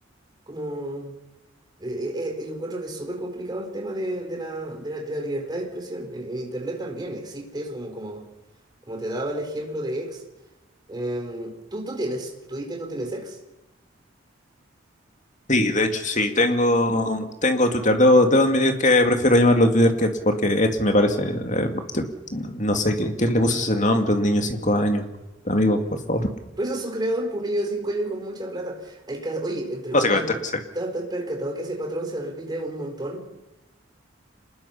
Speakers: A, on the right; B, on the left.
A: Como, eh, eh, eh, yo encuentro que es súper complicado el tema de, de la, de la- de la libertad de expresión. En, en Internet también existe eso, como, como, como te daba el ejemplo de ex. Em, ¿tú, tú tienes Twitter, tú tienes ex?
B: Sí, de hecho, sí, tengo, tengo Twitter. Debo, debo admitir que prefiero llamarlo Twitter que X, porque X me parece, eh, te- no sé, ¿quién, quién le puso ese nombre? a Un niño de 5 años. Amigo, por favor.
A: Pues es su creador por un niño de 5 años con mucha plata. Hay ca- Oye, entre
B: Básicamente,
A: comillas, ¿te
B: sí.
A: te- te has percatado que ese patrón se repite un montón?